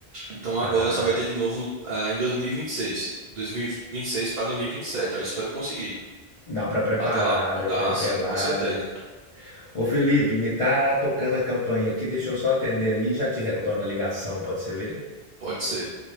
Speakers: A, on the right; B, on the left.
A: Então agora
B: Ah,
A: só vai ter de novo no, ah, em 2026. 2026 para 2027. Aí eu espero conseguir.
B: dá pra preparar
A: Até lá.
B: daqui
A: Dá
B: até
A: sim,
B: lá,
A: com certeza.
B: né? Ô Felipe, me tá tocando a campanha aqui, deixa eu só atender ali e já te retorno a ligação, pode ser ver?
A: Pode ser.